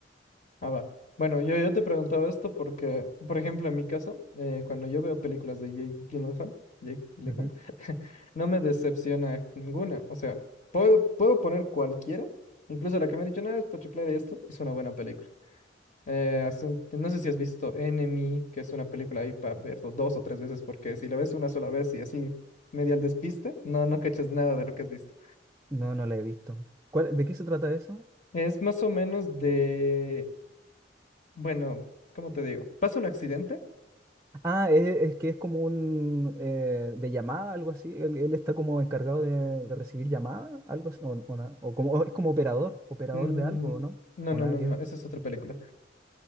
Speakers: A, on the left; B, on the right.
A: Ah, va. Bueno, yo, yo te preguntaba esto porque, por ejemplo, en mi caso, eh, cuando yo veo películas de Jake Gyllenhaal, Jake Gyllenhaal,
B: Ujú.
A: <laughs> no me decepciona ninguna. O sea, puedo, puedo poner cualquiera, incluso la que me ha dicho, nada, es pochoclera y esto, es una buena película. Eh, hace un- no sé si has visto Enemy, que es una película ahí para ver dos o tres veces, porque si la ves una sola vez y así medio al despiste, no, no cachas nada de lo que has visto.
B: No, no la he visto. ¿Cuál, de qué se trata eso?
A: Es más o menos de, bueno, ¿cómo te digo? Pasa un accidente.
B: Ah, es, es que es como un eh, de llamada, algo así. Él, él está como encargado de, de recibir llamadas, algo así. O, o na- o como, o es como operador, operador
A: Mm,
B: de algo, ¿o ¿no?
A: no,
B: O
A: no,
B: nada
A: no,
B: que
A: no,
B: ver.
A: esa es otra película.